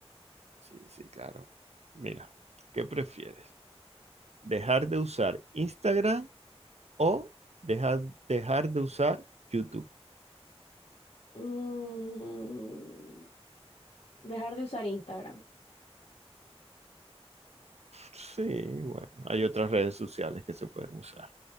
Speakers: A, on the right; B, on the left.
A: Sí, sí, claro. Mira, ¿qué prefieres? ¿Dejar de usar Instagram o dejar, dejar de usar YouTube?
B: Mm. Dejar de usar Instagram.
A: Sí, bueno, hay otras redes sociales que se pueden usar.